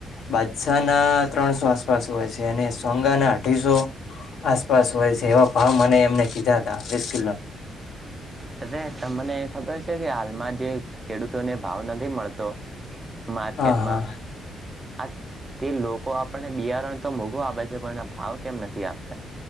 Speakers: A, on the left (about 65°); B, on the right (about 20°).
A: બાદછા ના ત્રણસો આસપાસ હોય છે અને સોંગાના અઢીસો આસપાસ હોય છે એવા ભાવ મને એમને કીધા હતા <inaudible>
B: ત તમને ખબર કે હાલમાં જે ખેડૂતોને ભાવ નથી મળતો માર્કેટમાં
A: હા હા
B: આ તે લોકો આપને બિયારણ તો મોઘો આ બાજે પણના ભાવ કેમ નથી આપતા